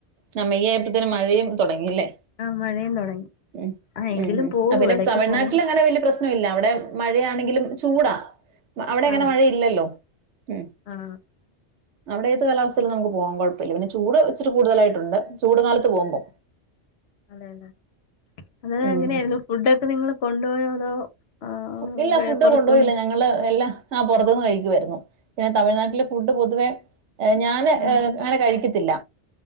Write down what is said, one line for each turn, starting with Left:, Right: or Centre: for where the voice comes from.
Right: നമെ യേറ്റപ്പോഴേത്തിന്നെ മഴയും തുടങ്ങില്ലേ
Left: ആഹ് മഴയും തുടങ്ങി
Right: ഉം
Left: ആഹ് എങ്കിലും
Right: ഉം ഉം
Left: പോകും
Right: അ പിന്നെ
Left: ഇടക്ക്
Right: തിഴ്നാട്ടിൽ
Left: പോവും
Right: അങ്ങനെ വലിയ പ്രശ് നം ഇല്ല അവിടെ മഴയാണെങ്കിലും ചൂടാ അവിടെ അങ്ങനെ
Left: അതെ
Right: മഴ ഇല്ലല്ലോ ഉ
Left: ആഹ്
Right: അവിടെ ഏത് കാലാവസ്ഥയിലും നമുക്ക് പോവാൻ കുഴപ്പമില്ല പിന്നെ ചൂട് ഇച്ചിരി കൂടുതലായിട്ടുണ്ട് ചൂട് കാലത്ത് പോകുമ്പോൾ.
Left: അതെല്ലെ അങ്ങെനെ
Right: ഉം
Left: എങ്ങനെയായിരുന്നു ഫുഡ് ഒക്കെ നിങ്ങൾ കൊണ്ടുപോയോ അതോ ആഹ്
Right: ഇല്ല ഫുഡ്
Left: പുറത്തുന്ന്
Right: കൊണ്ടുപോയില്ല ഞങ്ങള് എല്ലാം ആഹ പുറത്ത്ന്ന് കഴിക്കുവായിരുന്നു പിന്നെ തമിഴ്നാട്ടിലെ ഫുഡ് പൊതുവേ ഞാന്
Left: ആഹ്
Right: ഏ അങ്ങനെ കഴിക്കത്തില്ല